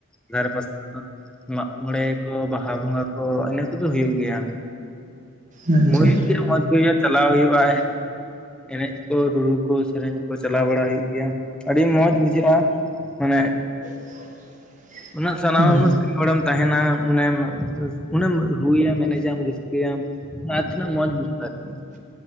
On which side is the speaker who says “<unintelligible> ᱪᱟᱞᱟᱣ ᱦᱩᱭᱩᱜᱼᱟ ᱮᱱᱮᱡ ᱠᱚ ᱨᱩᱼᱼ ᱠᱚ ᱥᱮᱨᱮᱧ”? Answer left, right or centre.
Centre